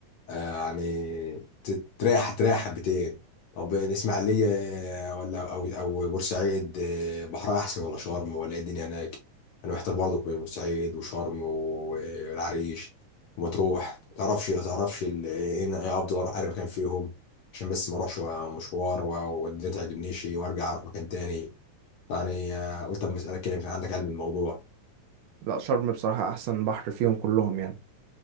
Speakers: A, on the left (about 70°); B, on the right (about 80°).
A: آه يعني ت- تريح تريح حبتين طب الإسماعيلية آه، ولا أو أو بورسعيد آه، بحرها أحسن ولا شرم ولا إيه الدنيا هناك؟ أنا محتار برضه بين بورسعيد وشرم والعريش ومطروح متعرفش متعرفش ال- إيه إيه أفضل أروح أي مكان فيهم عشان بس ما أروحش مشوار و- والدنيا تعجبنيش وأرجع أروح مكان تاني يعني آه، قلت أما أسألك كده يمكن عندك علم الموضوع
B: لا شرم بصراحة أحسن بحر فيهم كلهم يعني